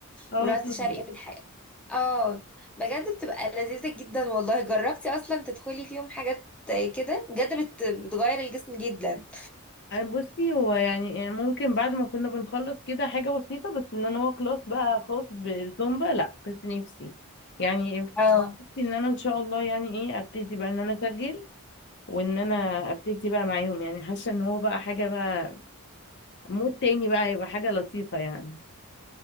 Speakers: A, on the left; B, in the centre.
A: اه
B: ورقص
A: طبعا
B: شرقي والحاجة اه بجد بتبقى لذيذة جدا والله جربتي اصلا تدخلي فيهم حاجات كده بجد بت... بتغير الجسم جدا
A: آه، بصي هو يعني يعني ممكن بعد ما كنا بنخلص كده حاجة بسيطة بس ان انا هو كلاس بقى خاص بالزومبا لا بس نفسي يعني نفسي
B: اه
A: ان انا ان شاء الله يعني ايه ابتدي بقى ان انا اسجل وان انا ابتدي بقى معاهم يعني حاسة ان هو بقى حاجة بقى مود تاني بقى يبقى حاجة لطيفة يعني